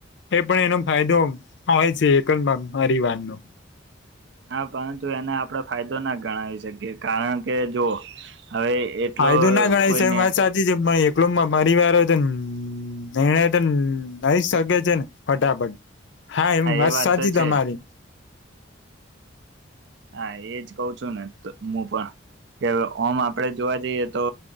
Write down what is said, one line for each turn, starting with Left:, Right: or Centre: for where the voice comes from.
Left: એ પણ એનો ફાયદો હોય છે એકલ પરિવારનો.
Right: હા પરંતુ એને આપણે ફાયદો ના ગણાવી શકીએ કારણ કે જો હવે એટલો
Left: ફાયદો ના ગણાય
Right: કોઈને
Left: છે વાત સાચી જ છે પણ કલુંબમાં પરિવારો તો નિર્ણય તો લઈ શકે છે ને ફટાફટ. હા એમ વાત
Right: એ
Left: સાચી
Right: તો
Left: તમારી
Right: છે હા એજ કહ છું. ને હું પણ કે ઓમ આપડે જોવા જઈએ તો